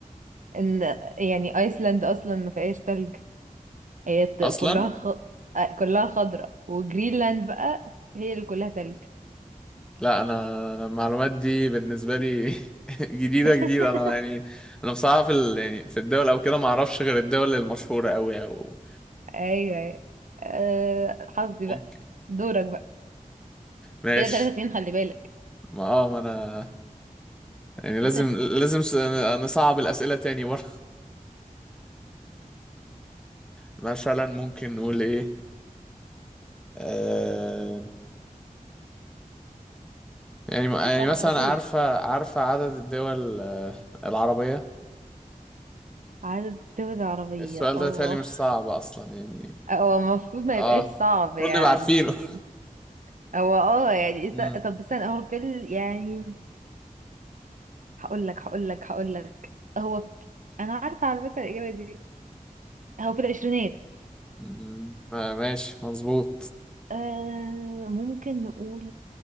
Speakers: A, on the right (about 65°); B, in the centre.
A: ان يعني أيسلند أصلا ما فيهاش تلج هي ت-
B: اصلا
A: كلها خ... آه، كلها خضراء وجرينلاند بقى هي اللي كلها تلج
B: لا انا أنا المعلومات دي بالنسبه لي <laughs> جديده
A: <laughs>
B: جديده انا يعني انا بصراحه في ال... يعني في الدول او كده ما اعرفش غير الدول المشهوره قوي او
A: أيوه أيوه. أه... حظي
B: ممكن
A: بقى دورك
B: ماشي
A: كده تلاتة اتنين خلي بالك
B: ما اه ما انا يعني لازم
A: <laughs>
B: لازم س- نصعب الاسئله تاني ورا <laughs> مثلا ممكن نقول ايه آه، يعني يعني
A: اسأل
B: مثلا
A: على طول
B: عارفة عارفة عدد الدول آه، العربية
A: عدد دول العربية
B: السؤال
A: اه
B: ده تالي مش صعب أصلا يعني
A: هو المفروض ما
B: اه
A: يبقاش صعب يعني
B: المفروض نبقى عارفينه <laughs>
A: هو اه يعني است-
B: مم.
A: طب استنى هو في ال... يعني هقول لك هقول لك هقول لك هو في... انا عارفة على فكرة الإجابة دي هو في العشرينات
B: مم. آه، ماشي مظبوط
A: آه ممكن نقول